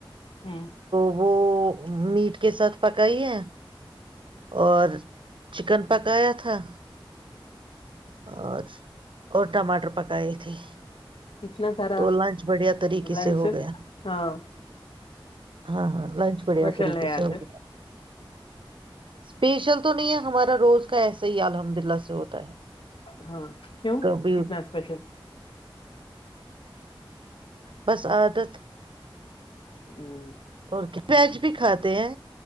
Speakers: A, on the left; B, on the right.
A: ہوں
B: وہ میٹ کے ساتھ پکائی ہے اور چکن پکایا تھا اور اور ٹماٹر پکائے تھے
A: اتنا سارا
B: تو لنچ بڑھیا طریقے
A: لنچ
B: سے ہو گیا
A: ہاں
B: ہاں ہاں لنچ بڑھیا
A: اسپیشل
B: طریقے
A: ہے آج
B: سے ہو گیا سپیشل تو نہیں، ہمارا روز کا ایسے ہی الحمدللہ سے ہوتا ہے
A: ہاں کیوں
B: کبھی
A: اتنا اسپیشل
B: بس عادت
A: ہوں
B: اور کیا ویج بھی کھاتے ہیں